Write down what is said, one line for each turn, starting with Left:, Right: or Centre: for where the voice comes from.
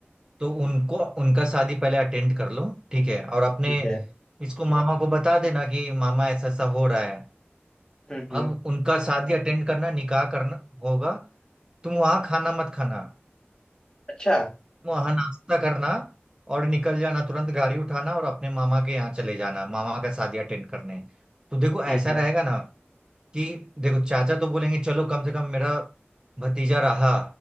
Right: तो उनको उनका शादी पहले अटेंड कर लो ठीक है और अपने
Left: ठीक है
Right: इसको मामा को बता देना कि मामा ऐसा ऐसा हो रहा है
Left: हम्म हम्म
Right: अब उनका शादी अटेंड करना निकाह करना होगा तुम वहां खाना मत खाना
Left: अच्छा
Right: वहां नाश्ता करना और निकल जाना तुरंत गाड़ी उठाना और अपने मामा के यहाँ चले जाना मामा का शादी अटेंड करने तो देखो ऐसा
Left: ठीक है
Right: रहेगा ना कि देखो चाचा तो बोलेंगे चलो कम से कम मेरा भतीजा रहा